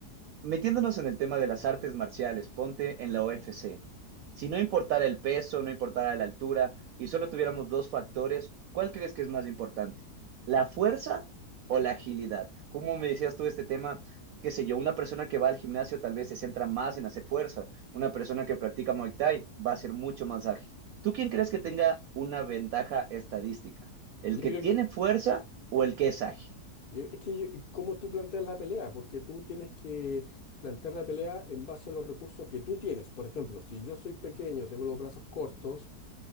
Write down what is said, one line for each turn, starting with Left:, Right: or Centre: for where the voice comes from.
Right: Metiéndonos en el tema de las artes marciales, ponte en la UFC. Si no importara el peso, no importara la altura y solo tuviéramos dos factores, ¿cuál crees que es más importante? ¿La fuerza o la agilidad? ¿Cómo me decías tú este tema? Qué sé yo, una persona que va al gimnasio tal vez se centra más en hacer fuerza, una persona que practica Muay Thai va a ser mucho más ágil. ¿Tú quién crees que tenga una ventaja estadística? ¿El
Left: Yo
Right: que
Left: creo
Right: tiene
Left: que
Right: fuerza o el que es ágil?
Left: Yo- Es que, yo- ¿cómo tú planteas la pelea? Porque tú tienes que plantear la pelea en base a los recursos que tú tienes. Por ejemplo, si yo soy pequeño, tengo los brazos cortos,